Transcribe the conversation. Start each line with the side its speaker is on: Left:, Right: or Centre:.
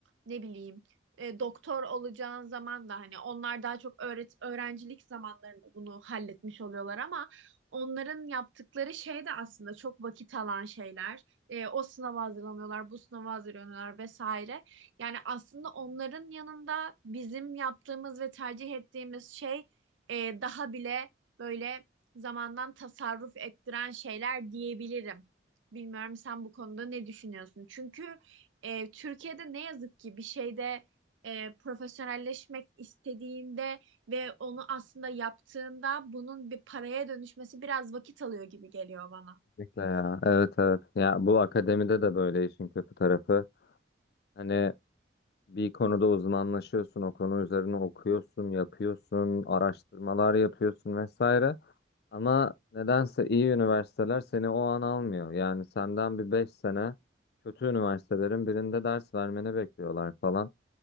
Right: ne bileyim e, doktor olacağın zaman da hani onlar daha çok öğret öğrencilik zamanlarında bunu halletmiş oluyorlar ama onların yaptıkları şey de aslında çok vakit alan şeyler. E, o sınava hazırlanıyorlar, bu sınava hazırlanıyorlar vesaire. Yani aslında onların yanında bizim yaptığımız ve tercih ettiğimiz şey e, daha bile böyle zamandan tasarruf ettiren şeyler diyebilirim. Bilmiyorum sen bu konuda ne düşünüyorsun? Çünkü e, Türkiye'de ne yazık ki bir şeyde e, profesyonelleşmek istediğinde ve onu aslında yaptığında bunun bir paraya dönüşmesi biraz vakit alıyor gibi geliyor bana.
Left: Kesinlikle ya. Evet evet. Ya bu akademide de böyle işin kötü tarafı. Hani bir konuda uzmanlaşıyorsun, o konu üzerine okuyorsun, yapıyorsun, araştırmalar yapıyorsun vesaire. Ama nedense iyi üniversiteler seni o an almıyor. Yani senden bir 5 sene kötü üniversitelerin birinde ders vermeni bekliyorlar falan.